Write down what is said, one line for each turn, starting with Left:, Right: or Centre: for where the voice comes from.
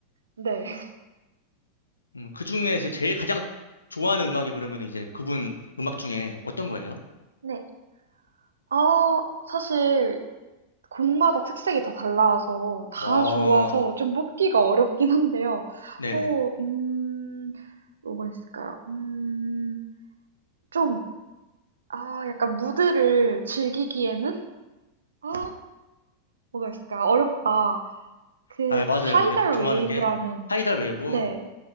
Right: 네. <laughs>
Left: 음, 그 중에 이제 제일 가장 좋아하는 음악이 그러면 이제 그분 음악 중에 어떤 거예요?
Right: 네. 어, 사실 곡마다 특색이 다 달라서 다
Left: 와,
Right: 좋아서 좀 뽑기가 어렵긴 한데요.
Left: 네네.
Right: 어, 음, 뭐가 있을까요? 음, 좀, 아, 약간 무드를 즐기기에는? 아, 뭐가 있을까요? 어렵다. 그
Left: 아, 맞아요.
Right: 타이덜
Left: 원래 좀 좋아하는
Right: 웨이브라는
Left: 게 하이달 웨이브
Right: 네.